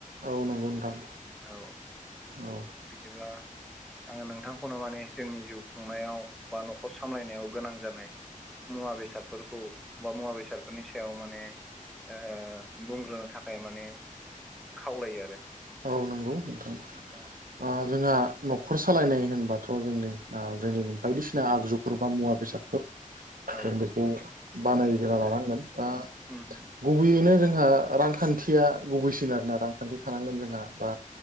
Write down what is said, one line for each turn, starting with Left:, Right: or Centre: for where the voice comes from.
Right: औ नंगौ नोंथां।
Centre: औ।
Right: औ
Centre: बिदिब्ला आंङो नोंथांखौनो माने जोंनि जिउ खुंनायाव बा न'खर सामलायनायाव गोनां जानाय मुवा बेसादफोरखौ बा मुवा बेसादफोरनि सो सायाव माने ओ बुंग्रोनो थाखाय माने खावलायो आरो।
Right: औ नंगौ नोंथां।
Centre: औ
Right: ओ जोंहा न'खर सालायनाय होनबाथ' जोंनि ओ जोंनिनो बायदिसिना आगजु गोबां मुवा बेसादफोर
Centre: औ
Right: जों बेखौ बानायग्रोना लानांगोन दा
Centre: उम उम।
Right: गुबैयैनो जोंहा रांखान्थिया गुबैसिन आरोना रांखान्थि थानांगोन जों ना बा